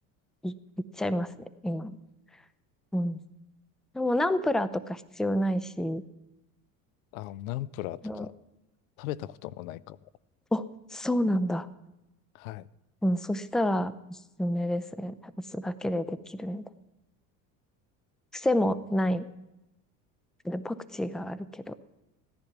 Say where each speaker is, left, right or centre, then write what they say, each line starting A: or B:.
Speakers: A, in the centre; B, on the left (about 80°).
A: い、いっちゃいますね、今。うん。でもナンプラーとか必要ないし、
B: あ、ナンプラーとか
A: うん、
B: 食べたこともないかも。
A: お、そうなんだ。
B: はい。
A: うん、そしたらおすすめですね。お酢だけでできるんで。癖もない。でパクチーがあるけど。